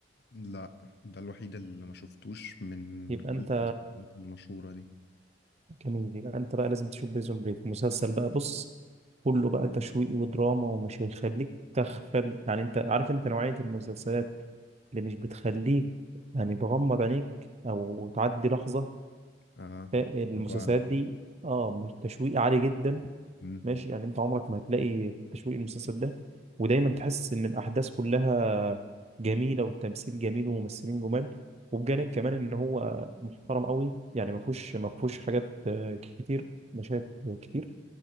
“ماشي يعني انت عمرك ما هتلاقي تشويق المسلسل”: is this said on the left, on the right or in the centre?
Right